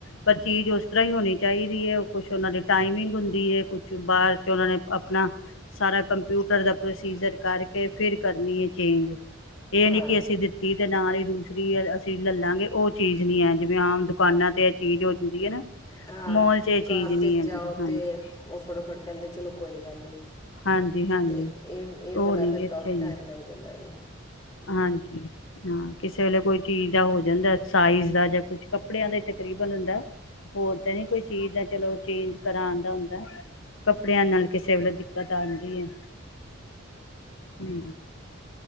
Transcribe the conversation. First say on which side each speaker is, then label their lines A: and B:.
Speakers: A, on the left; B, on the left.
A: ਪਰ ਚੀਜ਼ ਉਸ ਤਰ੍ਹਾਂ ਹੀ ਹੋਣੀ ਚਾਹੀਦੀ ਹੈ ਉਹ ਕੁਛ ਉਹਨਾਂ ਦੀ ਟਾਈਮਿੰਗ ਹੁੰਦੀ ਹੈ ਕੁਛ ਬਾਹਰ ਚ ਉਹਨਾਂ ਨੇ ਆਪਣਾ ਸਾਰਾ ਕੰਪਿਊਟਰ ਦਾ ਪ੍ਰੋਸੀਜਰ ਕਰਕੇ ਫਿਰ ਕਰਨੀ ਹੈ ਚੇਂਜ ਇਹ
B: ਹਾਂ
A: ਨੀ ਕਿ ਅਸੀਂ ਦਿੱਤੀ ਤੇ ਨਾਲ ਹੀ ਦੂਸਰੀ ਅਸੀਂ ਲੈ ਲਾਂਗੇ ਉਹ ਚੀਜ਼ ਨੀ ਹੈ ਜਿਵੇਂ ਆਮੁ ਦੁਕਾਨਾਂ ਤੇ ਇਹ ਚੀਜ਼ ਹੋ ਜਾਂਦੀ ਹੈ ਨਾ
B: ਹਾਂ
A: ਮੋਲ ਚ ਇਹ
B: ਦੁਕਾਨ
A: ਚੀਜ਼ ਨਹੀਂ
B: ਤੇ
A: ਹੈਗੀ
B: ਜਾਓ
A: ਹਾਂਜੀ
B: ਤੇ ਉਹ ਫਟੋਫਟ ਕਹਿੰਦੇ ਚਲੋ ਕੋਈ ਗੱਲ ਨਹੀਂ
A: ਹਾਂਜੀ ਹਾਂਜੀ
B: ਤੇ ਇਹ ਇਹ
A: ਉਹ
B: ਵਾਲਾ
A: ਨੀ
B: ਫਿਰ
A: ਇੱਥੇ
B: ਕਾਫ਼ੀ ਟਾਈਮ
A: ਨੀ
B: ਲੱਗ ਜਾਂਦਾ ਇਹਨੂੰ
A: ਹਾਂਜੀ ਹਾਂ ਕਿਸੇ ਵੇਲੇ ਕੋਈ ਚੀਜ਼ ਦਾ ਹੋ ਜਾਂਦਾ ਸਾਈਜ਼ ਦਾ ਜਾਂ ਕੁਛ ਕੱਪੜਿਆਂ ਦਾ ਤਕਰੀਬਨ ਹੁੰਦਾ ਹੋਰ ਤਾਂ ਨਹੀਂੀ ਕੋਈ ਚੀਜ਼ ਦਾ ਚਲੋ ਚੇਂਜ ਕਰਨ ਦਾ ਹੁੰਦਾ ਏ ਕੱਪੜਿਆਂ ਨਾਲ ਕਿਸੇ ਵੇਲੇ ਦਿੱਕਤ ਆਡ ਰਿਏ ਹਮ